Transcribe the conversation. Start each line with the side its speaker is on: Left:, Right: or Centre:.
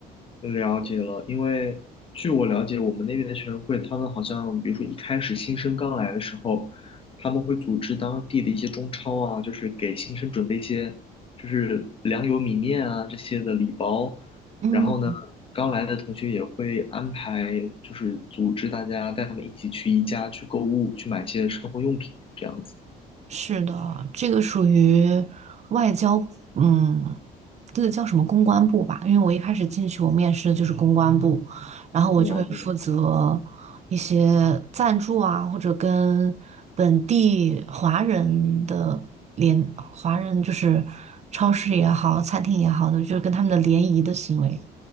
Left: 了解了，因为据我了解，我们那边的学生会，他们好像比如说一开始新生刚来的时候，他们会组织当地的一些中超啊，就是给新生准备一些就是粮油米面啊这些的礼包，
Right: 嗯。
Left: 然后呢，刚来的同学也会安排就是组织大家带他们一起去宜家去购物，去买一些生活用品这样子。
Right: 是的，这个属于外交，嗯，这个叫什么公关部吧？因为我一开始进去，我面试的就是公关部，然后我就会负责一些赞助啊，
Left: 了解。
Right: 或者跟本地华人的联，华人就是超市也好，餐厅也好的，就是跟他们的联谊的行为。